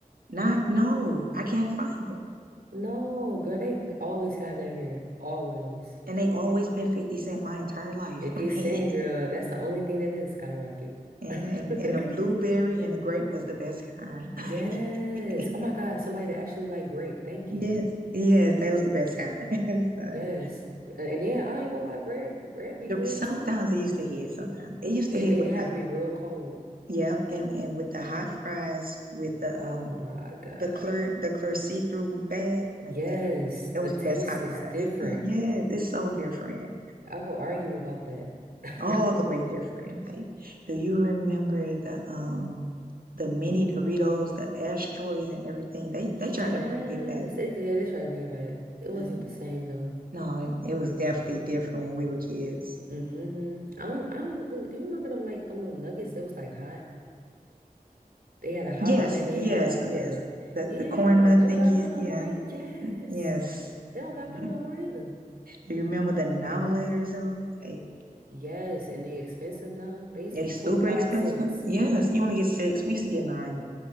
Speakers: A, on the right; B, on the right.
A: Not, no, I can't find them.
B: No, girl, they always have that here. Always
A: And they always been 50 Cent my entire life.
B: 50
A: <laughs>
B: cent,
A: Like,
B: girl. That's the only thing that didn't skyrocket.
A: and
B: <laughs>
A: and the blueberry and the grape was the best kind.
B: Yes.
A: <laughs>
B: Oh my God, somebody that actually like grape. Thank
A: Yes,
B: you.
A: yes, that was the best kind. <laughs> So,
B: Yes, and and then I ain't gonna lie, red red be
A: the-
B: good
A: sometimes
B: too.
A: it used to hit. Sometimes it used
B: It
A: to hit
B: it
A: with
B: had
A: the
B: to be real cold.
A: yep, and and with the hot fries with the
B: Oh
A: um
B: my God.
A: the clear the clear see-through bag.
B: Yes,
A: Like, yeah, Yeah. it was
B: the taste
A: the best hot
B: is
A: fries.
B: different.
A: Yes, it's so different.
B: I will argue about that. <laughs>
A: All the way different. Like, do you remember the um the mini Doritos, the asteroids and everything? They
B: Yes,
A: they tried to bring it back.
B: they did. They tried to bring it back. It wasn't
A: but
B: the same though.
A: no, it, it was definitely different when we were kids.
B: hmm I don't. I don't really. Do you remember them like them little nuggets that was like hot? They had a hot
A: Yes,
B: one and they
A: yes,
B: had like
A: yes.
B: a
A: The
B: yeah.
A: the corn nut
B: They don't
A: thingies,
B: got them no
A: yeah,
B: more either. Yes,
A: yes.
B: they don't got
A: Yep.
B: them no more either.
A: Do you remember the now laters though? Like
B: Yes, and they expensive now. They used
A: They
B: to be
A: super
B: 25
A: expensive.
B: cents.
A: Yes, you only get six. We used to get nine.